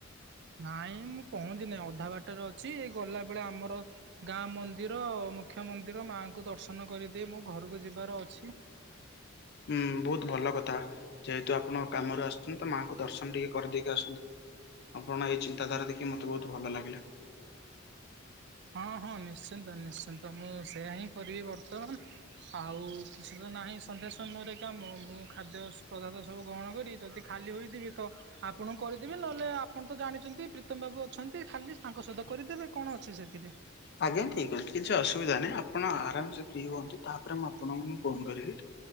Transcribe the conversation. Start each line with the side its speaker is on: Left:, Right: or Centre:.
Right: ନାଇଁ, ମୁଁ ପହଞ୍ଚି ନାହିଁ, ଅଧା ବାଟରେ ଅଛି। ଏ ଗଲା ବେଳେ ଆମର ଗାଁ ମନ୍ଦ ମନ୍ଦିର, ମୁଖ୍ୟ ମନ୍ଦିର ମାଆଙ୍କୁ ଦର୍ଶନ କରିଦେଇ ମୁଁ ଘରକୁ ଯିବାର ଅଛି।
Left: ହୁଁ, ବହୁତ ଭଲ କଥା। ଯେହେତୁ ଆପଣ କାମରୁ ଆସୁଛନ୍ତି, ତ ମାଙ୍କୁ ଦର୍ଶନ ଟିକେ କରିଦେଇକି ଆସନ୍ତୁ। ଆପଣ ଏଇ ଚିନ୍ତାଧାରା ଦେଖି ମୋତେ ବହୁତ ଭଲ ଲାଗିଲା।
Right: ହଁ, ହଁ, ନିଶ୍ଚିନ୍ତ ନିଶ୍ଚିନ୍ତ, ମୁଁ ସେଇୟା ହିଁ କରିବି ବର୍ତ୍ତମାନ। ଆଉ କିଛି ତ ନାହିଁ ସନ୍ଧ୍ୟା ସମୟରେ କାମ, ମୁଁ ଖାଦ୍ୟ ପଦାର୍ଥ ସବୁ ଗ୍ରହଣ କରି, ଯଦି ଖାଲି ହୋଇଥିବି ତ ଆପଣ କରିଦେବେ, ନହେଲେ ଆପଣ ତ ଜାଣିଛନ୍ତି, ପ୍ରୀତମ ବାବୁ ଅଛନ୍ତି, ଖାଲି ତାଙ୍କ ସହିତ କରିଦେବେ, କଣ ଅଛି ସେ ଥିରେ।
Left: ଆଜ୍ଞା ଠିକ୍ ଅଛି, କିଛି ଅସୁବିଧା ନାହିଁ। ଆପଣ ଆରାମ ସେ ଫ୍ରି ହୁଅନ୍ତୁ, ତାପରେ ମୁଁ ଆପଣଙ୍କୁ ମୁଁ ଫୋନ କରିବି।